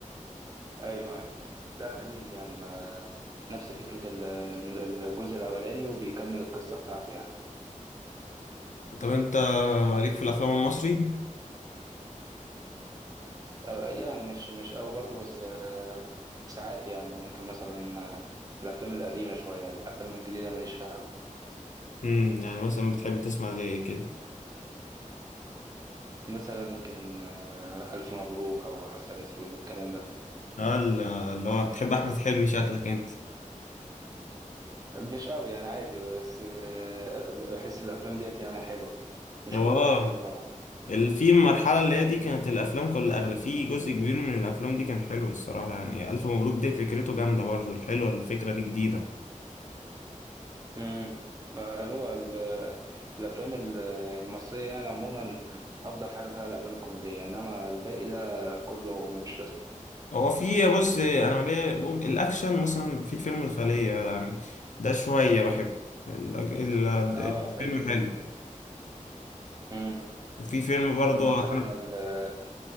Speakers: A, on the right; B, on the left.
A: ايوه ايوه لا جميل يعني ما نفس فكرة ال- الم- الجزء الأولاني وبيكمل القصة بتاعته يعني
B: طب انت ليك في الافلام المصري
A: آه، يعني مش مش قوي برضه بس آه، ساعات يعني ممكن مثلا آه، الأفلام القديمة شوية الأفلام الجديدة ماليش فيها أوي.
B: امم يعني مثلا بتحب تسمع زي إيه كده
A: مثلا ممكن آه، ألف مبروك أو عسل أسود الكلام ده
B: اه ال- اللي هو بتحب احمد حلمي شكلك انت
A: مش قوي يعني عادي بس آه، بحس الأفلام ديت يعني حلوة مش
B: هو
A: كل
B: اه
A: الأفلام طبعا
B: ال- في المرحلة اللي هي دي كانت الأفلام كل أغلب في جزء كبير من الأفلام دي كان حلو الصراحة يعني ألف مبروك دي فكرته جامدة برضه الحلوة الفكرة دي جديدة
A: امم هو ال- الافلام ال- المصريه يعني عموما افضل حاجه فيها الافلام الكوميديه انما الباقي ده كله ملوش لازمه
B: هو في بص انا ليه بقول الاكشن مثلا في فيلم الخلية يعني ده شوية بحبه ال- ال-
A: اه
B: الفيلم
A: حلو
B: حلو
A: ده امم
B: وفي فيلم برضو
A: طب مثلا
B: انا
A: ال-